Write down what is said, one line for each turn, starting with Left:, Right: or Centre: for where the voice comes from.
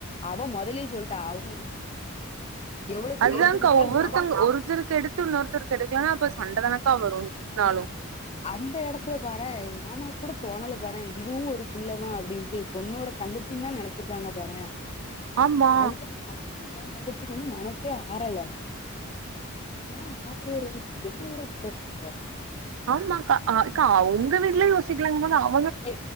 Left: அவ மொதல்லயே சொல்ட்டா அவங்க எவ்வளவுத்துக்கு
Right: அது தா
Left: எடுத்து குடுத்தாலு
Right: கா ஒவ்வொருத்தோங்க
Left: நா
Right: ஒருத்தருக்கு எடு த்து இன்னொருத்தரு எடுக்கலனா அப்ப சண்ட தானக்கா வரு எப்டினாலு
Left: அந்த எடத்துல பாறே எங்மாமா கூட தோணல பாறே இதுவு ஒரு பிள்ள தா அப்டின்ட்டு பொண்ணோட தங்கச்சின் தா நெனச்சிருக்காங்க பாறே
Right: ஆமா
Left: அது தா அது பாரு எ தங்கச்சிக்கு வந்து மனசே ஆறல ஏன்னா மாப்பிள்ளயோட தங்கச்சிக்கி என்னவிட கூட <unintelligible>
Right: ஆமாக்கா அ அக்கா உங்க வீட்ல யோசிக்கலங்க போது அ
Left: டே